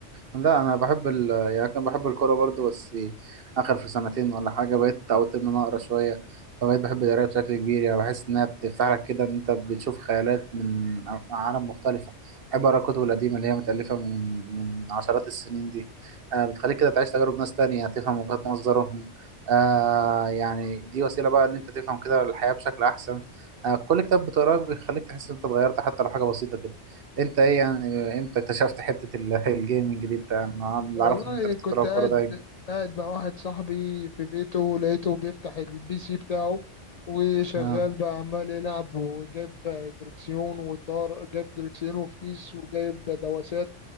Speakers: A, on the right; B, on the left.
A: لا انا بحب ال يعني كان بحب الكوره برضو بس اخر في سنتين ولا حاجه بقيت اتعودت ان انا اقرا شويه فبقيت بحب القرايه بشكل كبير يعني بحس انها بتفتح لك كده ان انت بتشوف خيالات من ع- عالم مختلفه بحب اقرا الكتب القديمه اللي هي متالفه من من عشرات السنين دي آه بتخليك كده تعيش تجارب ناس تانية تفهم وجهات نظرهم آه يعني دي وسيله بقى ان انت تفهم كده الحياه بشكل احسن آه كل كتاب بتقراه بيخليك تحس ان انت اتغيرت حتى لو حاجه بسيطه كده انت ايه يعني امتى اكتشفت حتة ال- <laughs> الجيمنج دي انت انا اللي
B: والله
A: اعرفه ان انت كنت
B: كنت
A: بتلعب
B: قاعد
A: كورة دايما
B: قاعد مع واحد صاحبي في بيته لقيته بيفتح البي سي بتاعه وشغال
A: اه
B: بقى عمال يلعب وجايب دركسيون وطار جايب دركسيون وفتيس وجايب دواسات